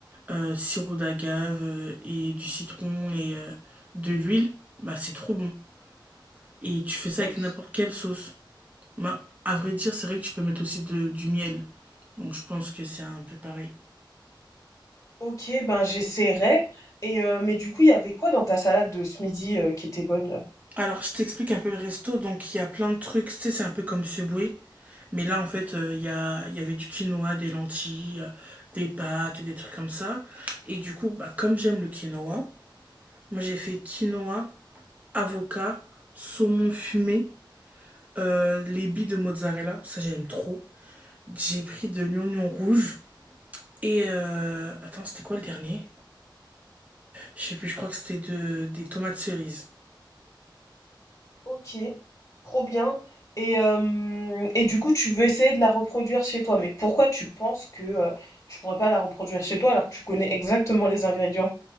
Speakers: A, on the right; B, on the left.
A: euh, sirop d'agave euh, et du citron et euh, de l'huile, bah c'est trop bon. Et tu fais ça
B: OK.
A: avec n'importe quelle sauce. Bah, à vrai dire, c'est vrai que tu peux mettre aussi de- du miel. Donc je pense que c'est un peu pareil.
B: OK, ben j'essaierai et heu, mais du coup, il y avait quoi dans ta salade de ce midi, heu, qui était bonne?
A: Alors, je t'explique un peu le resto. Donc, il y a plein de trucs. Tu sais, c'est un peu comme Subway. Mais là, en fait, euh, il y a, il y avait du quinoa, des lentilles, euh, des pâtes, des trucs comme ça. Et du coup, bah, comme j'aime le quinoa, moi, j'ai fait quinoa, avocat, saumon fumé, euh, les billes de mozzarella. Ça, j'aime trop. J'ai pris de l'oignon rouge. Et... euh, attends, c'était quoi le dernier? Je sais plus, je crois que c'était de, des tomates cerises.
B: Ok, trop bien. Et, euh, et du coup, tu veux essayer de la reproduire chez toi. Mais pourquoi tu penses que euh, tu pourrais pas la reproduire chez toi alors que tu connais exactement les ingrédients?